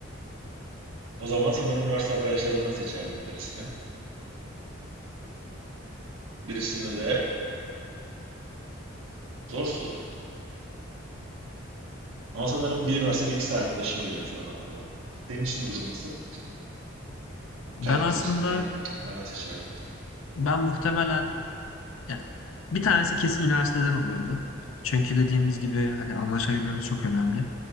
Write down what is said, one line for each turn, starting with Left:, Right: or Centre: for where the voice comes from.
Right: O zaman sanırım üniversite arkadaşlarımdan seçerdim birisine. Birisine de zor soru. Ama sanırım bir üniversite bir lise arkadaşım geliyor şu an aklıma. Senin için durum nasıl?
Left: Ben
Right: Sen kimi
Left: aslında
Right: seçtin? Ne, nereden seçerdin?
Left: ben muhtemelen Ya, bir tanesi kesin üniversiteden olurdu. Çünkü dediğimiz gibi hani anlaşabilmemiz çok önemli.